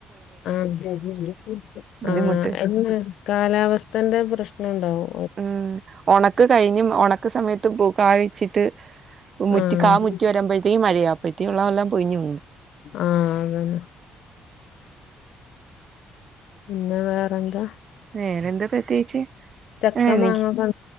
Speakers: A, on the left (about 80°); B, on the right (about 50°).
A: <unintelligible>
B: ബുദ്ധിമുട്ട്
A: ആഹ് എന്ന് കാലാവസ്ഥന്റെ പ്രശ്നണ്ടാവും
B: ആഹ് ഒണക്ക് കഴിഞ്ഞും ഒണക്ക് സമയത്തും പൂ കായിച്ചിട്ട് മുറ്റി
A: ആഹ് ആഹ്
B: കാ മുറ്റി വരുമ്പഴ് ഇടിയും മഴയാ അപ്പഴ്ത്തേക്കൊള്ളെയെല്ലാം പൊഴിഞ്ഞു പോവും
A: ആഹ് അതന്നെ പിന്നെ വേറെന്താ
B: വേറെന്താ പ്രത്യേകിച്ച്
A: ചക്ക
B: ആഹ് എനിക്ക്
A: മാങ്ങക്കെ